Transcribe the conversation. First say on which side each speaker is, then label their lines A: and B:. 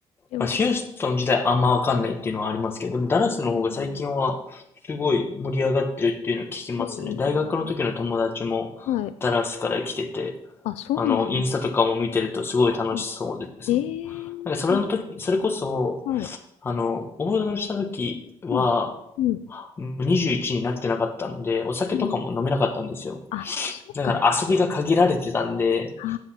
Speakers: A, on the left (about 75°); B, on the left (about 20°).
A: でも、
B: まあ、ヒューストン自体あんまわかんないっていうのはありますけど、でもダラスの方が最近はすごい盛り上がってるっていうのを聞きますね。
A: うんえ
B: 大学の時の友達もダラスから来てて、
A: ーはい。あ、そうなんですね。
B: あの、インスタとかも見てるとすごい楽しそうですもん。
A: うんええあ、
B: なんかそれの時、それこそ、
A: はい。
B: あの、オーダーした時は、
A: うん、うん、
B: 21になってなかったんで、お酒とかも飲めなかったんですよ。
A: うん。あ、そうか。
B: だから遊びが限られてたんで、
A: あ